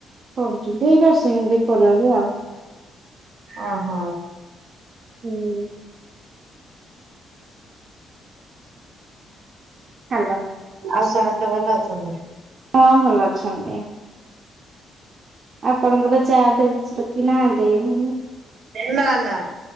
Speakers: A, on the right (about 50°); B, on the right (about 70°).
A: କରୁଛନ୍ତି ନରସିଙ୍ଗ ବି କରନ୍ତି ଆଉ।
B: ଓହୋ।
A: ହୁଁ। ହ୍ୟାଲୋ
B: ଆଉ ସମସ୍ତେ ଭଲ ଅଛନ୍ତି
A: ହଁ ଭଲ ଅଛନ୍ତି ଆପଣଙ୍କର ଯାହା ଦେବର କି ନା ଦେବ
B: ନା ନା